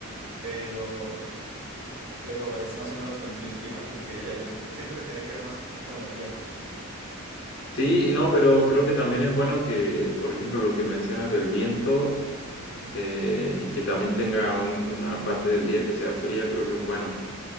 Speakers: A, on the right (about 55°); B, on the left (about 55°).
A: pero, pero es más o menos las condiciones climáticas que hay allá. Yo siento que tiene que ver más con la tierra.
B: Sí, no, pero creo que también es bueno que, por ejemplo, lo que mencionas del viento, este, y que también tenga un- una parte del día que sea fría, creo que es bueno.